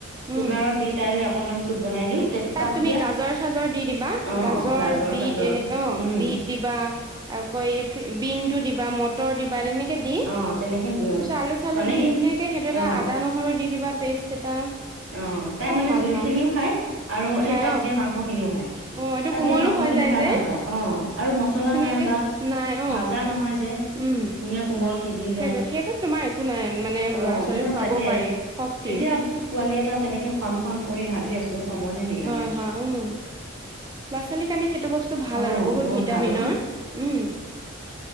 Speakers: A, on the right; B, on the right.
A: উম
B: কুকাৰত দি তাইলে অকনমান চুপ বনাই দিওঁ তাত
A: তুমি
B: দিয়া
A: গাজৰ চাজৰ দি দিবা
B: অ', গাজৰ
A: বিট
B: চাজৰ
A: এনে অ',
B: উম
A: বিট দিবা আকৌ এই বিনতটো দিবা মটৰ দিবা তেনেকে দি
B: অ
A: তাৰপিছত
B: তেনেকে দিওঁ
A: আলু চালু
B: মানে
A: দি
B: কি
A: ধুনীয়াকে সেইটো এটা
B: অ
A: আদা নহৰু দি দিবা পেষ্ট এটা
B: অ', তাই
A: খুব
B: মানে
A: ভাল
B: জোলখিনিও
A: হয়
B: খায় আৰু
A: খাই
B: সেই তাত
A: অ
B: দিয়া মাংস খিনিও খায়।
A: অ এইটো
B: তাত
A: কোমলো
B: দিয়া মাংস
A: হৈ
B: খিনি
A: যায়
B: খাই
A: যে
B: ভাল পায় অ'। আৰু মছলা
A: ধুনীয়াকে
B: নাই বা
A: নাই অ
B: ভাজা নহয় যে
A: উম
B: ধুনীয়া কোমল সিজি
A: সেইটো
B: যায়
A: সেইটো তোমাৰ একো নাই মানে
B: অ
A: ল'ৰা ছোৱালীক
B: মই
A: খুৱাব
B: তাকে
A: পাৰি শক্তিৰ
B: এতিয়া পোৱালি এটা তেনেকে খুৱাম খাম কৰি ভাবি আছো সময়হে মিলা
A: হয়
B: নাই
A: হয় উম ল'ৰা ছোৱালীৰ কাৰণে সেইটো বস্তু ভাল
B: অ
A: আৰু বহুত ভিটামিনৰ
B: ভাল ন
A: উম